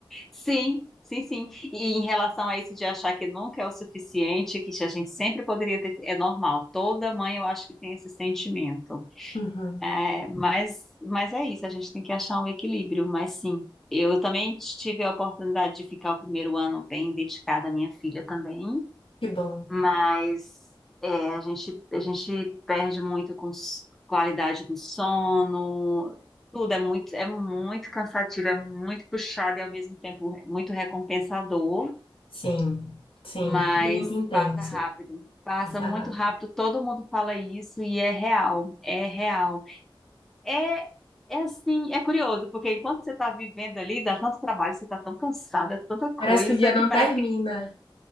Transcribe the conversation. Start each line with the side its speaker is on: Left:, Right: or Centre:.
Centre: Sim, sim, sim. E em relação a isso de achar que nunca é o suficiente, que a gente sempre poderia ter, é normal. Toda mãe eu acho que tem esse sentimento.
Left: Uhum,
Centre: É, mas, mas é isso, a gente tem que achar um equilíbrio, mas sim. Eu também tive a oportunidade de ficar o primeiro ano bem dedicada à minha filha também
Left: que bom.
Centre: mas é, a gente, a gente perde muito com s- qualidade do sono, tudo é muito, é muito cansativo, é muito puxado e ao mesmo tempo muito recompensador,
Left: Sim, sim,
Centre: mas
Left: muito intenso.
Centre: passa rápido. Passa
Left: Passar
Centre: muito
Left: rápido.
Centre: rápido, todo mundo fala isso e é real, é real. É, é assim, é curioso, porque enquanto você está vivendo ali, dá tanto trabalho, você está tão cansada, tanta coisa,
Left: Parece que o dia não
Centre: que parece
Left: termina.
Centre: que